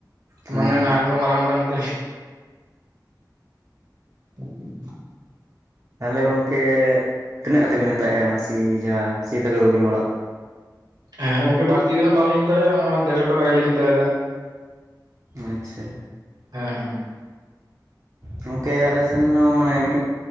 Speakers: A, on the right; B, on the right.
A: ᱦᱮᱸ
B: ᱢᱟᱱᱮ
A: ᱦᱮᱸ
B: ᱱᱟᱦᱮᱞ ᱦᱚᱸ ᱢᱟᱨᱟᱝ ᱢᱟᱨᱟᱝ ᱜᱮᱛ <inaudible>
A: ᱛᱟᱦᱚᱞᱮ ᱜᱚᱝᱠᱮ ᱛᱤᱱᱟᱹᱜ ᱠᱟᱛᱮᱜ ᱵᱤᱱ ᱦᱟᱛᱟᱣᱮᱜᱼᱟ, ᱚᱱᱟ ᱥᱤ ᱡᱟᱦᱟᱸ ᱥᱤᱭᱮᱜ ᱛᱟᱠᱚ ᱫᱚᱵᱤᱱ ᱦᱚᱲᱟᱜ?
B: ᱦᱮᱸ ᱜᱚᱝᱠᱮ ᱵᱟᱹᱲᱛᱤ ᱫᱚ ᱦᱟᱸᱜ ᱵᱟᱝᱞᱤᱧ ᱦᱟᱛᱟᱣᱮᱜᱼᱟ, ᱱᱚᱣᱟ ᱫᱮᱲᱥᱚ ᱴᱟᱠᱟ ᱜᱮᱞᱤᱧ ᱦᱟᱛᱟᱣᱮᱫᱟ᱾
A: ᱟᱪᱪᱷᱟ
B: ᱦᱮᱸ ᱦᱮᱸ
A: ᱜᱚᱝᱠᱮ ᱟᱞᱮ ᱥᱮᱱ ᱦᱚᱸ ᱢᱟᱱᱮ ᱢᱤᱜ